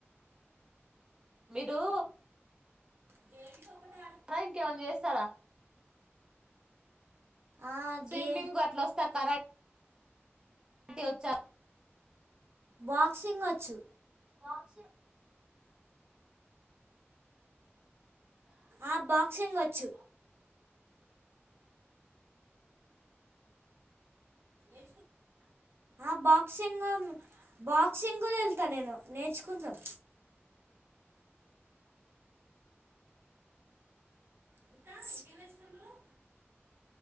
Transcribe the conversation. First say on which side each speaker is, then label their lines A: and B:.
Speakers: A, on the right; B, on the right.
A: మీరూ
B: గేమ్స్ ఒక్కటే
A: త ఇంకేమన్నా చేస్తారా
B: ఆ
A: స్విమ్మింగ్
B: గే
A: అట్ల వస్తా కరాట్ టివి వచ్చా
B: బాక్సింగ్ ఒచ్చు.
A: వాస
B: ఆ బాక్సింగ్ వచ్ వచ్చు. ఏ ఆ బాక్సింగ బాక్సింగ్ గూడ ఎళ్త ళ్త నేను నేర్చుకుంటం. ఇంకా ఇంకేం నేర్చుకుంటున్నవ్.